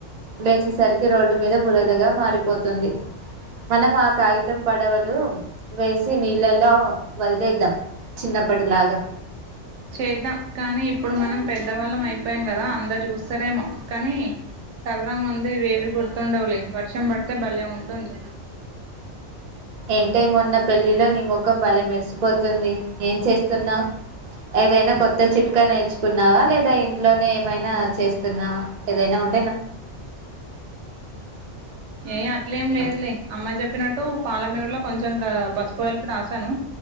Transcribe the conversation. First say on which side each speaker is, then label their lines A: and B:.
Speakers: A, on the right; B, on the right.
A: లేసేసరికి రోడ్డు మీద బురదగా మారిపోతుంది. మనం ఆ కాగితం పడవలు వేసి నీళ్ళలో వదిలేద్దాం, చిన్నప్పటిలాగా
B: చేద్దాం కానీ ఇప్పుడు మనం పెద్దవాళ్ళం అయిపోయాం కదా, అందరు చూస్తరేమో కానీ సర దా ముందు ఇవేవి గుర్తుండవులే వర్షం పడితే భలే ఉంటుంది
A: ఏం టే మొన్న పెళ్లిలో నీ ముఖం భలే మెరిసిపోతుంది. ఏం చేస్తున్నావ్ ఏదైనా కొత్త చిట్కా నేర్చుకున్నావా లేదా ఇంట్లోనే ఏమైనా చేస్తున్నావా ఏదైనా ఉం
B: ఏ అట్లేం లేదులే అమ్మ చెప్ పినట్టు పాల మీగడ లో కొంచెంగా పసుపు కలిపి రాసాను